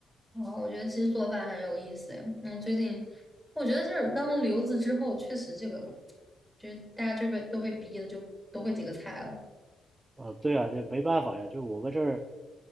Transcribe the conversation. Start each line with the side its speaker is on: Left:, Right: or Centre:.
Centre: 哦，我觉得其实做饭很有意思诶。嗯，最近我觉得就是当了留子之后，确实这个就是大家就被都被逼的就都会几个菜了。
Right: 啊，对啊，这没办法呀，就是我们这儿，